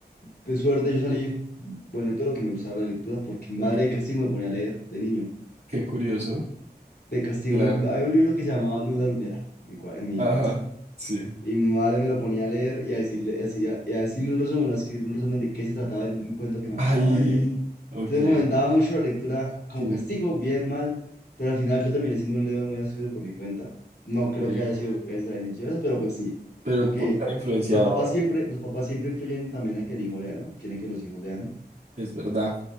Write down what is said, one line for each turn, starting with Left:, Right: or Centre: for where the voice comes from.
Left: de suerte yo salí buen lector o que me gustaba la lectura, porque mi
Right: ok.
Left: madre de castigo me ponía a leer de niño.
Right: Qué curioso.
Left: De castigo,
Right: Claro.
Left: me- había un libro que se llamaba Luna Lunera en mi, cua- en mi
Right: Ajá,
Left: casa.
Right: sí.
Left: Y mi madre me lo ponía a leer y a decirle, y a, y a decirle un resumen, a escribir un resumen de qué se trataba el cuento que me acababa
Right: Ahí,
Left: de leer.
Right: ok,
Left: entonces fomentaba mucho la lectura como
Right: sí,
Left: castigo, bien, mal, pero al final yo terminé siendo un leidor muy asiduo por mi cuenta. No creo
Right: qué bien.
Left: que haya sido gracias a la iniciativa, pero pues sí,
Right: Pero
Left: como
Right: puedo
Left: que
Right: estar influenciado,
Left: los papás
Right: bas-
Left: siempre, los papás siempre influyen también a que el hijo lea, ¿no? Quieren que los hijos lean.
Right: es verdad.